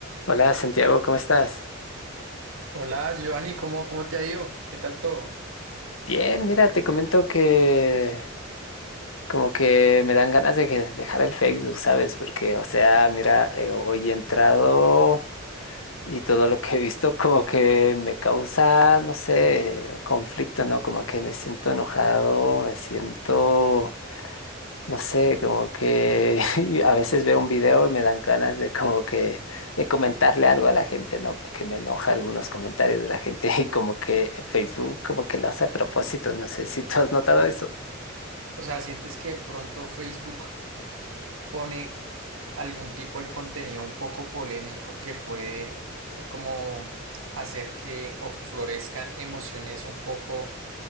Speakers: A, on the left (about 75°); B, on the right (about 85°).
A: Hola Santiago, ¿cómo estás?
B: Hola, Giovanni, ¿cómo, cómo te ha ido? ¿Qué tal todo?
A: Bien, mira, te comento que como que me dan ganas de que- dejar el Facebook, ¿sabes? Porque, o sea, mira, eh, hoy he entrado y todo lo que he visto como que me causa, no sé, conflicto, ¿no? Como que me siento enojado, me siento no sé, como que <laughs> a veces veo un video y me dan ganas de como que de comentarle algo a la gente, ¿no? Porque me enoja algunos comentarios de la gente <laughs> y como que Facebook como que lo hace a propósito, no sé si tú has notado eso.
B: O sea, ¿sientes que pronto Facebook pone algún tipo de contenido un poco polémico que puede eh, como hacer que o florezcan emociones un poco